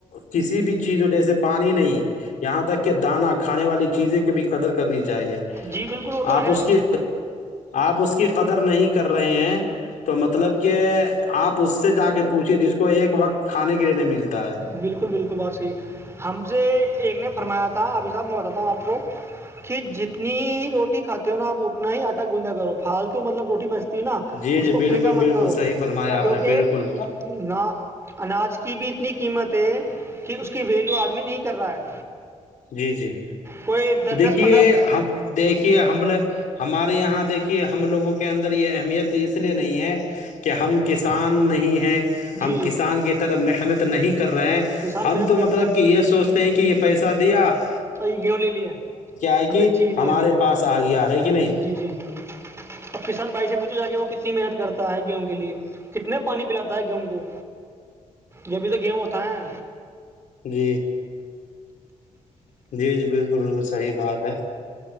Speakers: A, on the left; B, on the right.
A: کسی بھی چیز ہو جیسے پانی نہیں یہاں تک کہ دانا کھانے والی چیزیں کی بھی قدر کرنی چاہیے
B: جی بالکل وہ تو
A: آپ
B: ہے
A: اس کی آپ اس کی قدر نہیں کر رہے ہیں تو مطلب کہ آپ اس سے جا کے پوچھیے جس کو ایک وقت کھانے کے لیےنے ملتا ہے
B: بالکل بالکل بہت صحیح ہم سے ایک نے فرمایا تھا ابھی صاب میں بتااتا ہوں آپ کو کہ جتنی روٹی کھاتے ہو نا آپ اتنا ہی آٹا گوجا کرو فالتو مطلب روٹی بچ نا
A: جی
B: اس
A: جی
B: کو
A: بالکل
B: پھینکا مت
A: بالکل
B: کرو
A: صحیح فرمایا آپ
B: کیونکہ
A: نے بالکل
B: نہ اناج کی بھی۔ اتنی تھ کہ اس کی ویلو آدمی نہیں کر رہا ہے
A: جی جی
B: کوئی دس
A: دیکھیے
B: دس پندرہ
A: ہم دیکھیے ہم لے ہمارے یہاں دیکے کہ ہم لوگوں کے اندر یہ اہمیت اس لیے نہیں ہے کہ ہم کسان نہیں ہیں ہم
B: جی
A: کسان کی طرف محنت نہیں کر رہے ہیں
B: کسان
A: ہم
B: محنت
A: تو
B: کرتا
A: مطلب کہ یہ سوچتے ہیں کہ یہ پیسے کیا <unintelligible>
B: اور یہ گیہوں لے لیا
A: ہے
B: ہم
A: کہ
B: نے چیز
A: ہمارے
B: لے لی
A: پاس آ گیا ہے کہ نہیں
B: جی جی جی اب کسان بھائی سے پوچھو جا کے وہ کتنی محنت کرتے ہے گیہوں کے لیے کتنے پانی پلااتے ہے گیہوں کو جبھی تو گیہوں ہوتا ہے
A: جی جی جی بالکل بالکل صحیح بات ہے